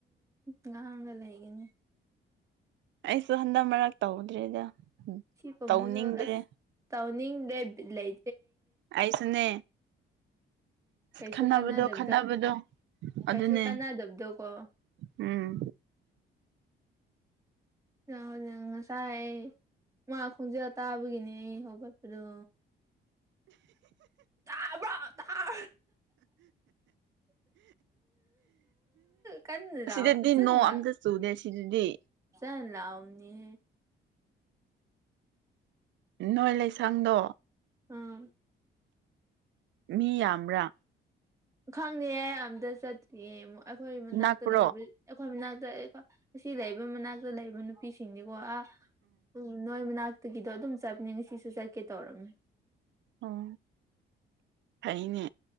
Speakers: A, on the right; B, on the right.
A: ꯉꯥꯡꯔ ꯂꯩꯒꯅꯤ
B: ꯑꯩꯁꯨ ꯍꯟꯗꯛ ꯃꯔꯛ ꯇꯧꯗ꯭ꯔꯦꯗ
A: ꯁꯤ ꯄꯝꯕꯗꯣ
B: ꯇꯧꯅꯤꯡꯗ꯭ꯔꯦ
A: ꯑꯁ ꯇꯥꯎꯅꯤꯡꯗꯦ ꯕꯤꯠ ꯂꯩ
B: ꯑꯩꯁꯨꯅꯦ
A: ꯀꯩꯁꯨ
B: ꯈꯟꯅꯕꯗꯣ
A: ꯀꯅꯥꯗꯕꯗ
B: ꯈꯟꯅꯕꯗꯣ
A: ꯀꯩꯁꯨ
B: ꯑꯗꯨꯅꯦ
A: ꯀꯥꯅꯗꯕꯗꯣ ꯀꯣ
B: ꯎꯝ
A: ꯅꯥꯎꯅ ꯉꯁꯥꯏ ꯃꯥ ꯈꯣꯡꯖꯦꯜ ꯇꯥꯕꯒꯤꯅꯤ ꯏ ꯍꯧꯒꯠꯄꯗꯣ ꯇꯕ꯭ꯔꯣ ꯇꯥꯔ ꯀꯟꯅ
B: ꯍꯤ
A: ꯂꯥꯎ
B: ꯁꯤꯗꯗꯤ
A: ꯐꯖꯅ
B: ꯅꯣꯡ ꯑꯝꯇ ꯆꯨꯗꯦ ꯁꯤꯗꯗꯤ
A: ꯍꯂꯥꯎ ꯅꯦ
B: ꯅꯣꯏ ꯂꯩꯁꯥꯡꯗꯣ
A: ꯑꯥ
B: ꯃꯤ ꯌꯥꯝꯕꯌ꯭ꯥ
A: ꯈꯪꯗꯦꯌꯦ ꯑꯝꯇ ꯆꯠꯇꯦꯌꯦ ꯃꯣ ꯑꯩꯈꯣꯏ ꯃꯅꯥꯛꯇ
B: ꯅꯛꯄ꯭ꯔꯣ
A: ꯂꯩꯕꯩ ꯈꯣꯏ ꯃꯅꯥꯛꯇꯥ ꯑꯁꯤ ꯂꯩꯕ ꯃꯅꯥꯛꯇ ꯂꯩꯕ ꯅꯨꯄꯤꯁꯤꯡꯅꯤꯀꯣ ꯑ ꯎꯝ ꯅꯣꯏ ꯃꯅꯥꯛ ꯕꯒꯤꯗꯣ ꯑꯗꯨꯝ ꯆꯠꯄꯅꯦ ꯁꯤꯁꯨ ꯆꯠꯀꯦ ꯇꯧꯔꯝꯃꯤ
B: ꯑꯣ ꯐꯩꯅꯦ